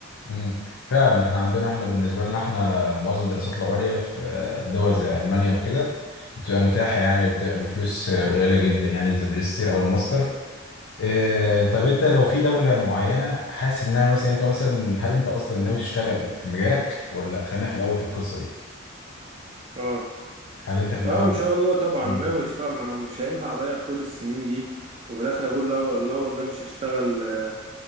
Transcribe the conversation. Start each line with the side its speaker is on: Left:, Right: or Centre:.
Left: امم فعلا احنا عندنا احنا بالنسبه لنا احنا معظم الدراسات العليا في آه، دول زي المانيا وكده بتبقى متاحه يعني وبتبقى بفلوس آه، قليله جدا يعني زي الماجستير او الماستر إيه طيب انت لو في دولة معينة حاسس انها مثلا انت مثلا هل انت اصلا ناوي تشتغل في مجالك ولا لأ؟ خلينا في الاول في القصة دي
Right: اه
Left: هل انت في الاول
Right: اه ان شاء الله طبعا
Left: مم.
Right: ناوي اشتغل ما انا مش هينفع اضيع كل السنين دي وفي الاخر اقول لا لا والله مش هشتغل آه،